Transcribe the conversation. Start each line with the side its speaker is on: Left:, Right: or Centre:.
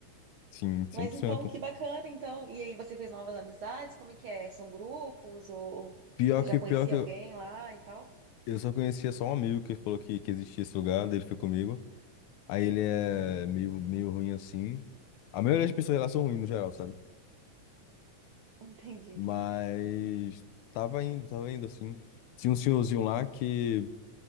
Left: sim, cem
Right: Mas
Left: por
Right: então,
Left: cento
Right: que bacana, então. E aí, você fez novas amizades? Como é que é? São grupos? Ou
Left: Pior
Right: você
Left: que
Right: já conhecia
Left: pior que eu,
Right: alguém lá e tal?
Left: eu só conhecia só um amigo que falou que, que existia esse lugar, daí ele foi comigo. Aí ele é meio meio ruim assim. A maioria das pessoas lá são ruins no geral, sabe?
Right: <laughs> Entendi, entendi.
Left: Mas tava indo, tava indo assim. Tinha um senhorzinho lá que